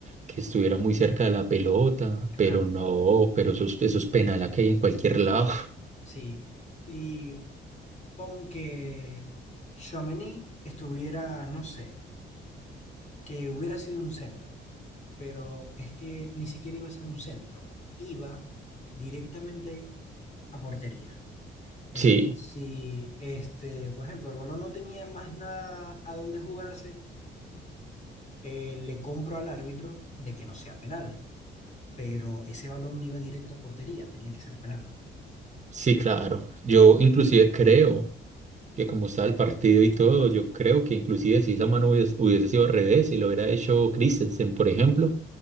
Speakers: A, on the right; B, on the left.
A: que estuviera muy cerca de la pelota,
B: Claro,
A: pero no, pero eso, es- eso es penal a que hay en cualquier <laughs> lado.
B: sí. Y pon que Tchouaméni estuviera, no sé, que hubiera sido un centro, pero es que ni siquiera iba a ser un centro, iba directamente a portería. Entonces,
A: Sí,
B: si este, por ejemplo, el balón no tenía más nada a dónde jugarse, eh, le compro al árbitro de que no sea penal, pero ese balón iba directo a portería, tenía que ser penal.
A: sí, claro. Yo inclusive creo que como estaba el partido y todo, yo creo que inclusive si esa mano hubiese, hubiese sido al revés y lo hubiera hecho Christensen, por ejemplo,